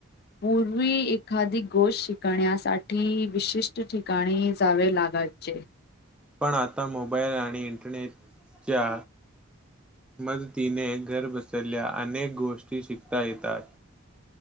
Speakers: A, on the left (about 50°); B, in the centre.
A: पूर्वी एखादी गोष्ट शिकण्यासाठी विशिष्ट ठिकाणी जावे लागायचे.
B: पण आता मोबाईल आणि इंटरनेटच्या मदतीने घर बसल्या अनेक गोष्टी शिकता येतात.